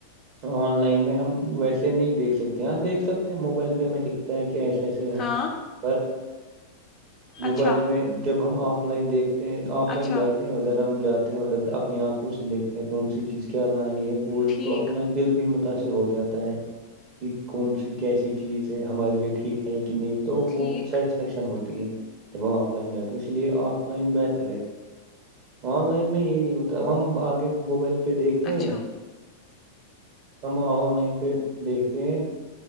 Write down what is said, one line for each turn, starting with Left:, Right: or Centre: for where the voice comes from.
Right: آن لائن میں ہم ویسے نہیں دیکھ سکتے ہاں دیکھ سکتے ہیں موبائل پہ ہمیں دکھتا ہے کہ ایسا ایسے ہیں
Left: ہاں
Right: پر موبائل
Left: اچھا
Right: میں جب ہم آپ پلائن دیک آف لائن
Left: اچھا
Right: جاتے ہیں ادھر ہم جاتے ہیں مد اپنی آنکھوں سے دیکھتا ہے کون سی چیز کیا لانی ہے پوری
Left: ٹھیک
Right: تو اپنا دل بھی متاثر ہو جاتا ہے کہ کون سی کیسی چیز ہے ہمارے لیے ٹھیک ہے کہ نہیں تو
Left: ٹھیک،
Right: وہ سیٹسفیکشن ہوتی ہے وہ آف لائن جاتے اس لیے آف لائن بہتر ہے آن لائن میں یہ نہیں ہوتا تب ہم آگے موبائل پ پہ دیکھتے
Left: اچھا،
Right: ہیں ہم آن لائن پہ دیکھتے ہیں